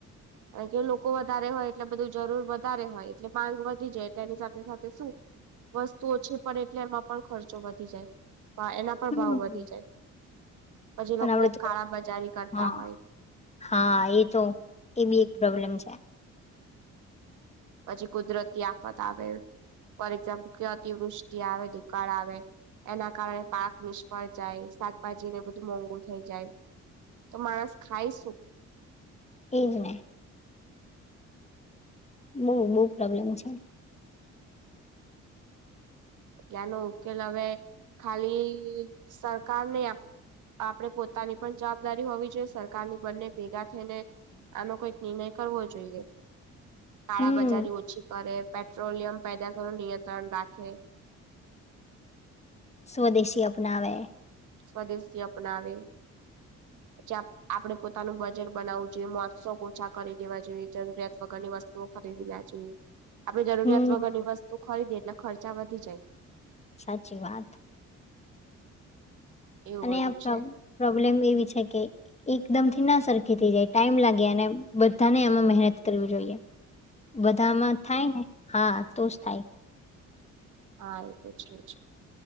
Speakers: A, on the right; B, on the left.
A: અહીંયા લોકો વધારે હોય એટલે બધું જરૂર વધારે હોય એટલે માંગ વધી જાય, એટલે એની સાથે સાથે શું. વસ્તુઓ છે, પણ એટલે એમાં પણ ખર્ચો વધી જાય. એના પર
B: હમ
A: ભાવ વધી જાય પછી
B: અને
A: લોકો
B: આપડે
A: કાળા બજારી કરતા
B: હા
A: હોય.
B: હા એ તો એ બી એક પ્રોબ્લેમ છે.
A: પછી કુદરતી તી આફત આવે. ફોર એક્ઝામ્પલ કે અતિવૃષ્ટિ આવે દુકાળ આવે. એના કારણે પાક નિષ્ફળ જાય શાકભાજીને બધું મોંઘુ થઈ જાય. તો માણસ ખાઈશું.
B: એજ ને. બહુ બહુ પ્રોબ્લેમ છે.
A: એટલે આનો ઉકેલ હવે ખાલી સરકારને. આપણે પોતાની પણ જવાબદારી હોવી જોઈએ, સરકારની બંને ભેગા થઈને. આનો કંઈક નિર્ણય કરવો જોઈએ. શાળાબજારી
B: હમ
A: ઓછી કરે પેટ્રોલિયમ પેદાશો નું નિયંત્રણ રાખે.
B: સ્વદેશી અપનાવે.
A: સ્વદેશી અપનાવે. પછી આપડે પોતાનું બજેટ બનાવવું જોઈએ, મોજ- શોખ ઓછા કરી દેવા જોઈએ, જરૂરિયાત વગર વસ્તુઓ ખરીદવી નાં જોઈએ. આપે જરૂરિયાત
B: હમ
A: વગરની વસ્તુ ખરીદીએે એટલે ખર્ચા વધી જાય.
B: સાચી વાત
A: એવું
B: અને
A: બધું
B: આ
A: છે
B: પ્રોબ્લેમ એવી છે, કે એકદમ થી ના સરખાં કેતી જાય ટાઈમ લાગે અને બધાને એમાં મહેનત કરવી જોઈએ. બધામાં થાય ને હા તો જ થાય.
A: હા એતો છે, જ